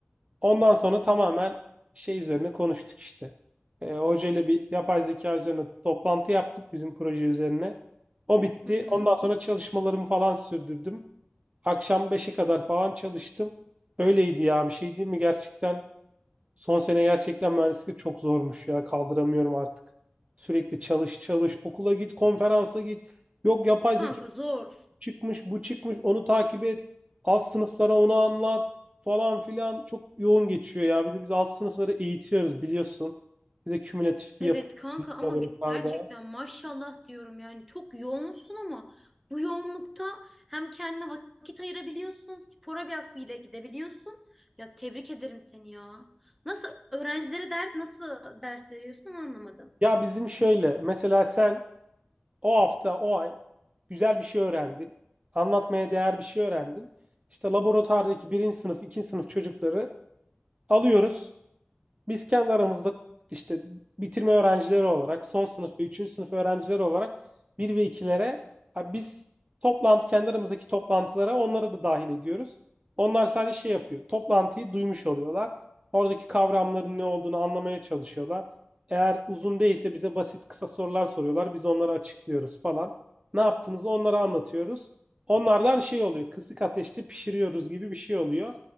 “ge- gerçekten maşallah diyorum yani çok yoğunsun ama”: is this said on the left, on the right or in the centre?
Centre